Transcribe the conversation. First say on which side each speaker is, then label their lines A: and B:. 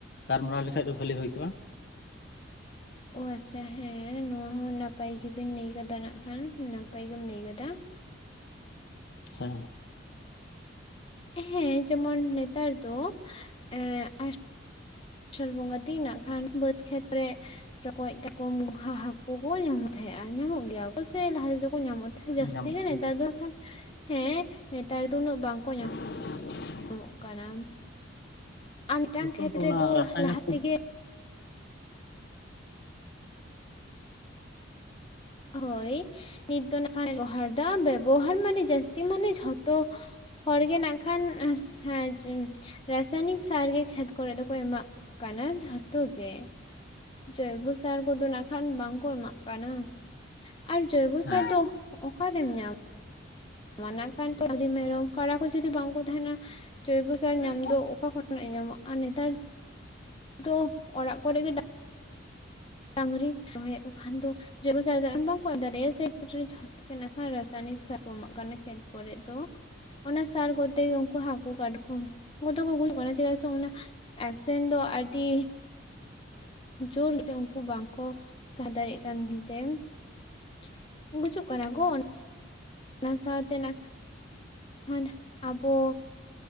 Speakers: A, on the left; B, on the left.
A: ᱜᱟᱞᱢᱟᱨᱟᱣ ᱞᱮᱠᱷᱟᱡ ᱫᱚ ᱵᱷᱟᱞᱤ ᱦᱩᱭ ᱠᱚᱜᱼᱟ ᱾
B: ᱚᱻ ᱟᱪᱪᱷᱟ ᱦᱮᱸ ᱱᱚᱣᱟ ᱦᱚᱸ ᱱᱟᱯᱟᱭ ᱜᱮᱵᱤᱱ ᱞᱟᱹᱭ ᱠᱟᱫᱟ ᱱᱟᱜ ᱠᱷᱟᱱ ᱱᱟᱯᱟᱭ ᱜᱮᱢ ᱞᱟᱹᱭ ᱠᱟᱫᱟ ᱾
A: ᱦᱮᱸ ᱾
B: ᱦᱮᱸ ᱡᱮᱢᱚᱱ ᱱᱮᱛᱟᱨ ᱫᱚ ᱮᱸ ᱟᱥᱟᱲ ᱵᱚᱸᱜᱟ ᱫᱤᱱ ᱱᱟᱜ ᱠᱷᱟᱱ ᱵᱟᱹᱫᱽ ᱠᱷᱮᱛ ᱨᱮ ᱨᱚᱠᱚᱡ, ᱠᱟᱴᱠᱚᱢ, ᱜᱚᱝᱜᱷᱟ, ᱦᱟᱹᱠᱩ ᱠᱚ ᱧᱟᱢ ᱛᱟᱦᱮᱸᱜᱼᱟ ᱧᱟᱢᱚᱜ ᱜᱮᱭᱟ ᱠᱚ ᱥᱮ ᱞᱟᱦᱟ ᱛᱮᱫᱚ ᱠᱚ ᱧᱟᱢᱚᱜ ᱡᱟᱹᱥᱛᱤ
A: ᱧᱟᱢᱚᱜ
B: ᱜᱮ ᱱᱮᱛᱟᱨ
A: ᱜᱮᱭᱟ
B: ᱫᱚ ᱱᱟᱜ ᱠᱷᱟᱱ ᱦᱮᱸ ᱱᱮᱛᱟᱨ ᱫᱚ ᱩᱱᱟᱹᱜ ᱵᱟᱝᱠᱚ ᱧᱟᱢ
A: <unintelligible>
B: ᱧᱟᱢᱚᱜ ᱠᱟᱱᱟ ᱟᱨ ᱢᱤᱫᱴᱟᱝ
A: ᱱᱤᱛᱚᱜ
B: ᱠᱷᱮᱛ
A: ᱫᱚ
B: ᱨᱮᱫᱚ
A: ᱚᱱᱟ ᱨᱟᱥᱟᱭᱱᱤᱠ
B: ᱞᱟᱦᱟ
A: ᱠᱚ
B: ᱛᱮᱜᱮ ᱦᱳᱭ ᱱᱤᱛ ᱫᱚ ᱱᱟᱜ ᱠᱷᱟᱱ ᱵᱮᱵᱚᱦᱟᱨ ᱫᱟ ᱵᱮᱵᱚᱦᱟᱨ ᱢᱟᱱᱮ ᱡᱟᱹᱥᱛᱤ ᱢᱟᱱᱮ ᱡᱷᱚᱛᱚ ᱦᱚᱲ ᱜᱮ ᱱᱟᱜ ᱠᱷᱟᱱ ᱦᱮᱸ <inaudible> ᱨᱟᱥᱟᱭᱱᱤᱠ ᱥᱟᱨ ᱜᱮ ᱠᱷᱮᱛ ᱠᱚᱨᱮ ᱫᱚᱠᱚ ᱮᱢᱟᱜ ᱠᱟᱱᱟ ᱡᱷᱚᱛᱚ ᱜᱮ ᱾ ᱡᱚᱭᱵᱚ ᱥᱟᱨ ᱠᱚᱫᱚ ᱱᱟᱜ ᱠᱷᱟᱱ ᱵᱟᱝᱠᱚ ᱮᱢᱟᱜ ᱠᱟᱱᱟ ᱾ ᱟᱨ ᱡᱳᱭᱵᱚ
A: ᱦᱮᱸ
B: ᱥᱟᱨ ᱫᱚ ᱚᱠᱟᱨᱮᱢ ᱧᱟᱢᱟ? ᱢᱟᱱᱟ ᱠᱷᱟᱱ ᱰᱟᱹᱝᱨᱤ, ᱢᱮᱨᱚᱢ, ᱠᱟᱲᱟ ᱠᱚ ᱡᱩᱫᱤ ᱵᱟᱝᱠᱚ ᱛᱟᱦᱮᱱᱟ ᱡᱚᱭᱵᱚ ᱥᱟ ᱥᱟᱨ ᱧᱟᱢ
A: ᱦᱮᱸ
B: ᱫᱚ ᱚᱠᱟ ᱠᱷᱚᱱᱟᱜ ᱧᱟᱢᱚᱜᱼᱟ ᱟᱨ ᱱᱮᱛᱟᱨ ᱫᱚ ᱚᱲᱟᱜ ᱠᱚᱨᱮ ᱜᱮ ᱰᱟᱝᱨᱤ ᱫᱚᱦᱚᱭᱮᱫ ᱠᱚ ᱠᱷᱟᱱ ᱫᱚ ᱡᱚᱭᱵᱚ ᱥᱟᱨ ᱫᱚ ᱮᱢ ᱵᱟᱝ ᱠᱚ ᱮᱢ ᱫᱟᱲᱮᱭᱟᱜᱼᱟ ᱥᱮᱭ <inaudible> ᱱᱟᱜ ᱠᱷᱟᱱ ᱨᱟᱥᱟᱭᱱᱤᱠ ᱥᱟᱨ ᱠᱚ ᱮᱢᱟᱜ ᱠᱟᱱᱟ ᱠᱷᱮᱛ ᱠᱚᱨᱮ ᱫᱚ ᱾ ᱚᱱᱟ ᱥᱟᱨ ᱠᱚᱛᱮ ᱜᱮ ᱩᱱᱠᱩ ᱦᱟᱹᱠᱩ ᱠᱟᱴᱠᱚᱢ ᱩᱱᱠᱩ ᱫᱚ ᱠᱚ ᱜᱩᱡᱩᱜ ᱠᱟᱱᱟ ᱪᱮᱫᱟᱜ ᱥᱮ ᱚᱱᱟ ᱮᱠᱥᱮᱱ ᱫᱚ ᱟᱹᱰᱤ ᱡᱳᱨ ᱜᱮᱛᱮ ᱩᱱᱠᱩ ᱵᱟᱝᱠᱚ ᱥᱟᱦᱟ ᱫᱟᱲᱮᱜ ᱠᱟᱱ ᱛᱮ <inaudible> ᱜᱩᱡᱩᱜ ᱠᱟᱱᱟ ᱠᱚ ᱚᱱᱟ ᱚᱱᱟ ᱥᱟᱶᱛᱮ ᱱᱟᱜᱠᱷᱟᱡ ᱠᱷᱟᱱ <inaudible> ᱟᱵᱚ